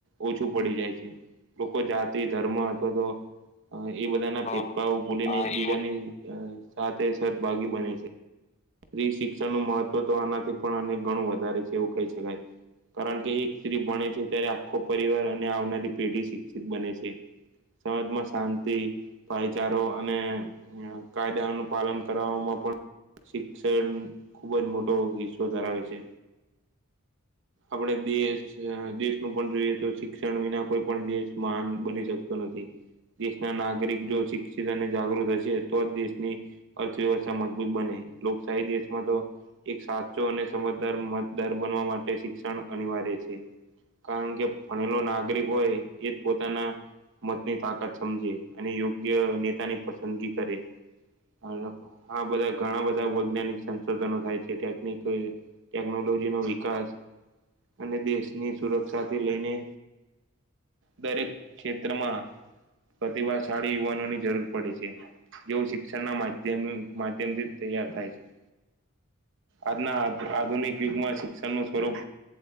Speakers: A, on the right; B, on the left.
A: ઓછું પડી જાય છે લોકો જાત તે ધર્મ અથવા તો એ બધાના
B: હા
A: ભેદભાવ ભૂલીને
B: હા
A: એકબીજાને
B: એ
A: અ સાથ તે સદભાગી બને છે. સ્ત્રી શિક્ષણ નો મહત્વ તો આનાથી પણ અને ગણું વધારે છે એવું કહી શકાય. કારણ કે એક સ્ત્રી ભણે છે ત્યારે આખો પરિવાર અને આવનારી પેઢી શિક્ષિત બને છે. સમાજમાં શાંતિ ભાઈચારો અને કાયદાનો પાલન કરવામાં પણ શિક્ષણ ખુબ જ મોટો હિસ્સો ધરાવે છે. આપણે દેશ અ દેશનું પણ જોઈએ તો શિક્ષણ વિના કોઈ પણ દેશ મહાન બની શકતો નથી. દેશના નાગરિક જો શિક્ષિત અને જાગૃત હશે તો જ દેશની અર્થવ્યવસ્થા મજબૂત બને લોકશાહી દેશમાં તો એક સાચો અને સમજદાર મતદાર બનવા માટે શિક્ષણ અનિવાર્ય છે. કારણ કે ભણેલો નાગરિક હોય એ જ પોતાના મતની તાકાત સમજે અને યોગ્ય નેતાની પસંદગી કરે. હા લખ હા બધા ઘણા બધા વૈજ્ઞાનિક સંશોધનો થાય છે ટેકનિકોએ ટેકનોલોજીનો મા વિકાસ અને દેશની સુરક્ષાથી લઈને દરેક ક્ષેત્રમાં પ્રતિભાશાળી યુવાનોની જરૂર પડે છે જેવું શિક્ષણના માધ્યમ માધ્યમથી તૈયાર થાય છે. આજના આ આધુનિક યુગમાં શિક્ષણનું સ્વરૂપ